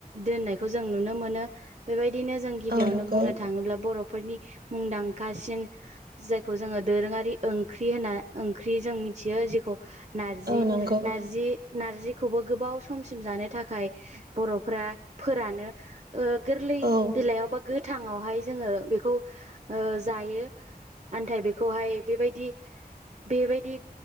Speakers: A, on the right (about 45°); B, on the right (about 70°).
A: दोननायखौ जों नुनो मोनो बेबायदिनो जों गिबियावनो
B: औ नंगौ
A: ओ नो थाङोब्ला बर'फोरनि मुंदांखासिन। जायखौ जोङो दोरोङारि ओंख्रि होनना ओंख्रि जों मिथियो जेखौ नार्जि
B: औ नंगौ
A: नार्जि नार्जि नार्जिखौबो गोबाव समसिम जानो थाखाय बर'फोरा फोरानो गोरलै
B: औ
A: बेलायाव बिलाइ गोथाङावहाय जोङो बेखौ जायो आन्थाय बेखौहाय बेबादि बेबादि